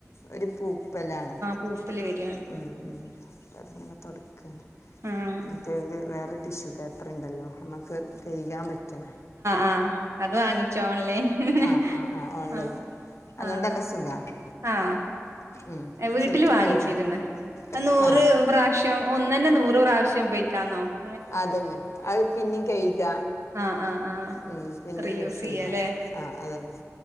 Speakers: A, on the left; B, on the right.
A: ഒരു പൂപ്പലാണ്
B: പൂപ്പല് വരാണ്
A: ഉം ഉം അപ്പൊ അതിങ്ങനെ തൊടക്കാണ്
B: ആഹ്
A: മറ്റേ ഒരു വേറെ ടിഷ്യൂ പേപ്പർ ഇണ്ടല്ലോ നമുക്ക് കെയ്കാൻ പറ്റ്ണെ
B: ആ അത് വാങ്ങിച്ചോ ഓൺലൈന്ന്
A: ആ ആ ആ ഓൺലൈനിൽ
B: ആ
A: അതുകൊണ്ട്
B: ആഹ്
A: നല്ല സുഖമാണ്
B: ആഹ്
A: ഉം
B: വീട്ടിൽ
A: ശരിക്കും
B: വാങ്ങിച്ചിരുന്നു
A: പോരുന്നു
B: നൂറ്
A: ആ
B: പ്രാവശ്യം ഒന്നന്നെ നൂറ് പ്രാവശ്യം ഉപോഗിക്കാന്നോ
A: അതന്നെ അത് പിന്നെയും കഴുക
B: ആഹ് ആഹ് ആഹ്
A: ഉം പിന്നെ
B: റീയൂസ്
A: യൂസ് ചെയ്യാ
B: ചെയ്യാല്ലേ
A: ആ അതെന്നെ